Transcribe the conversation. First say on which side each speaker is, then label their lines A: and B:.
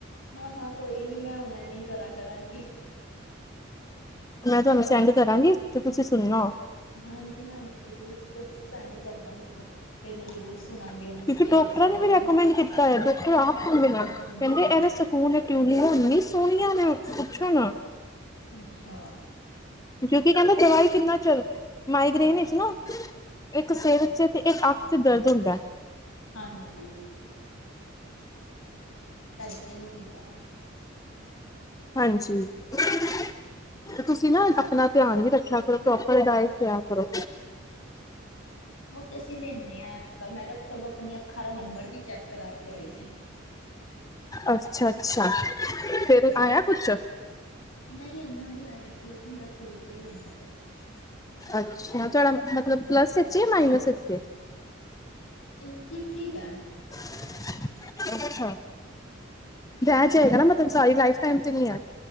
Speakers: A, on the left (about 85°); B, on the left (about 15°).
A: ਹਾਂ- ਹਾਂ ਕੋਈ ਨੀ, ਮੈਂ ਹੁਣ ਐਵੇ ਕਰਾਂ ਕਰਾਂਗੀ।
B: ਮੈਂ, ਤੁਹਾਨੂੰ ਸੈਂਡ ਕਰਾਂਗੀ ਤੇ, ਤੁਸੀਂ ਸੁਣਨਾ ਉਹ।
A: ਹਾਂਜੀ- ਹਾਂਜੀ, ਜ਼ਰੂਰ ਸੈਂਡ ਕਰਨਾ, ਮੈਨੂੰ ਫਿਰ ਮੈਂ ਜ਼ਰੂਰ ਸੁਣਾਂਗੀ ਉਹਨੂੰ
B: ਕਿਉਂਕਿ,
A: ਸਵੇਰੇ
B: ਡਾਕਟਰਾਂ
A: ਸਵੇਰੇ
B: ਨੇ ਵੀ, ਰੈਕਮੈਂਡ
A: ਹੀ
B: ਕੀਤਾ ਹੈ, ਡਾਕਟਰ ਆਪ ਕਹਿੰਦੇ ਨੇ,
A: ਹਾਂਜੀ
B: ਕਹਿੰਦੇ ਸਕੂਲ, <unintelligible> ਇੰਨੀ ਸੋਹਣੀਆਂ ਨੇ, ਪੁੱਛੋ ਨਾ।
A: ਅੱਛਾ।
B: ਕਿਉਂਕਿ ਕਹਿੰਦਾ, ਦਵਾਈ ਕਿੰਨਾ ਚਿਰ, ਮਾਈਗ੍ਰੇਨ ਵਿਚ ਨਾ ਇੱਕ ਸਿਰ, ਚ ਤੇ ਇੱਕ ਅੱਖ ਚ, ਦਰਦ ਹੁੰਦਾ।
A: ਹਾਂਜੀ। ਇੱਦਾਂ, ਹੀ ਹੁੰਦਾ ਨਾ।
B: ਹਾਂਜੀ। ਤੇ, ਤੁਸੀਂ ਨਾ ਆਪਣਾ, ਧਿਆਨ ਵੀ ਰੱਖਿਆ ਕਰੋ, ਪ੍ਰੋਪਰ ਡਾਈਟ ਲਿਆ ਕਰੋ।
A: ਉਹ ਤੇ, ਅਸੀਂ ਲੈਂਨੇ ਆਂ ਅੱਜ- ਕੱਲ੍ਹ, ਮੈਂ ਤਾਂ ਸਗੋਂ ਆਪਣੀਆਂ ਅੱਖਾਂ ਦਾ ਨੰਬਰ ਵੀ ਚੈੱਕ ਕਰਾ ਕੇ ਆਈ ਸੀ।
B: ਅੱਛਾ-ਅੱਛਾ, ਫਿਰ ਆਇਆ ਕੁਛ?
A: ਨਹੀਂ ਇੰਨਾ ਨਹੀਂ ਆਇਆ, ਠੀ ਉਹ ਤੇ, ਮੇਰਾ ਸ਼ੁਰੂ ਤੋਂ ਹੀ ਹੈ, ਇਹਨਾਂ ਕ
B: ਅੱਛਾ, ਤੁਹਾਡਾ ਮਤਲਬ, ਪਲੱਸ ਵਿੱਚ ਏ ਯਾ, ਮਾਈਨਸ ਵਿੱਚ ਏ।
A: ਅ, ਠੀਕ-ਠੀਕ ਹੈ।
B: <unintelligible> ਅੱਛਾ। ਬੈਚ ਹੈਏਗਾ ਨਾ, ਮਤਲਬ ਸਾਰੀ ਲਾਈਫ ਟਾਈਮ ਤੇ ਨੀ ਹੈ।